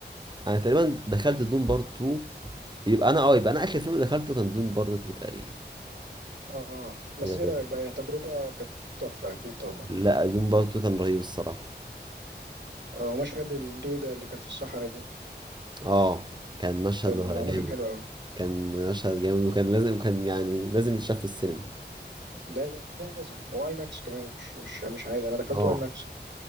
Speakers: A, on the right; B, on the right.
A: انا تقريبا دخلت دون بارت 2 يبقى انا اه يبقى انا اخر فيلم دخلته كان دون بارت 2 تقريبا
B: اه بس
A: غالبا
B: ايه رأيك بقى هي تجربة كانت تحفة اكيد طبعا
A: لا دون بارت 2 كان رهيب الصراحه
B: آه ومشهد الدودة اللي كانت في الصحراء دي
A: اه كان مشهد
B: كان معمول
A: جامد
B: حلو قوي
A: كان مشهد جامد وكان لازم كان يعني لازم يتشاف في السينما
B: ده لازم واي ماكس كمان مش مش مش عادي انا دخلت
A: اه
B: واي ماكس